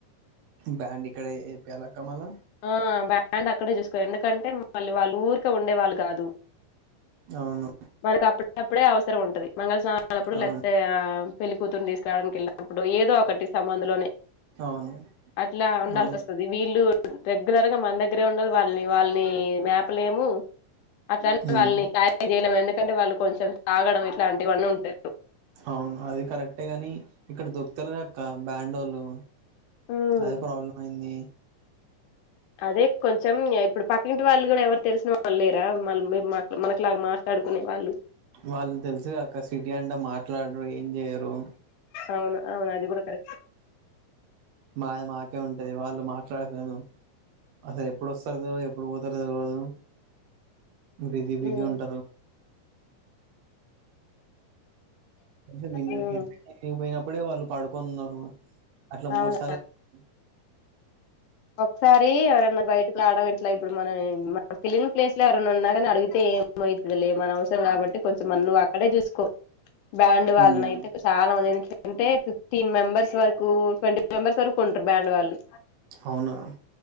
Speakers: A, on the right; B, on the left.
A: బ్యాండ్ ఇక్కడే ఏపియ్యాలక్క మళ్ళ
B: ఆ బ్యాండ్ అక్కడే చూస్కో ఎందుకంటే మళ్ళీ వాళ్ళు ఊర్కే ఉండే వాళ్ళు గాదు.
A: అవును
B: మనక్ అప్పట్ కప్పుడు అవసరం ఉంటది మంగళ స్నానాలప్పుడు
A: అవును
B: లేకపోతే పెళ్లి కూతుర్ని తీస్కరావడానికి ఎళ్ళినప్పుడు ఏదో ఒకటి సంబంధలోనే
A: అవును
B: అట్లా ఉండాల్సి
A: అవును
B: వస్ తది వీళ్ళు రెగ్యులర్గ మన దగ్గర ఉండాల్ వాళ్ళని వాళ్ళని మేపలేము అట్ల అని
A: ఉమ్
B: వాళ్ళని క్లారీఫై జేయలేము ఎందుకంటే వాళ్ళు కొంచం తాగడం ఇట్లాంటివన్నీ ఉంటరు.
A: అవును అది కరెక్టే గని ఇక్కడ దొర్కుతలేదక్క బ్యాండోళ్ళు
B: హ్మ్.
A: అదే ప్రాబ్లమైంది.
B: అదే కొంచం ఇప్పుడు పక్కింటి వాళ్ళు గుడా ఎవర్ తెలిసిన వాళ్ళు లేరా మళ్ళ మేం మా మనక్ లాగా మాట్లాడుకునే వాళ్ళు
A: వాళ్ళు తెల్సుగా అక్క సిటీ అంటే మాట్లాడరు ఏం జేయరు.
B: అవును అవును అది గుడ కరెక్టే
A: మాది మాకే ఉంటది వాళ్ళు మాట్లాడరు. అసల్ ఎప్పుడ్ వస్తరో తెల్వది ఎప్పుడు పోతరో తెల్వదు బిజీ బిజీ
B: ఉమ్,
A: ఉంటరు. కనీసం ఇంటి
B: ఉమ్,
A: ఇంటికెళ్ళి పోయినప్పుడే వాళ్ళు పడుకోన్ ఉన్నరు అట్లా మూడు
B: అవును
A: సార్ల అ
B: ఒక్సారీ ఎవరన్న బైటు ట్లాడం ఇట్ల ఇప్పుడు మన మనం ఫిలిమ్ ప్లేస్ల ఎవరన్న ఉన్నారా అన్ అడుగుతే ఏమైతదిలే మన అవసరం కాబట్టి కొంచం మన్ నువ్ అక్కడే జూస్కో బ్యాండ్ వాళ్ళనైతే
A: ఉమ్
B: చాలా మంది ఎందుకంటే ఫిఫ్టీన్ మెంబర్స్ వరకు ట్వంటీ మెంబర్స్ వరకు ఉంటరు బ్యాండ్ వాళ్ళు
A: అవునా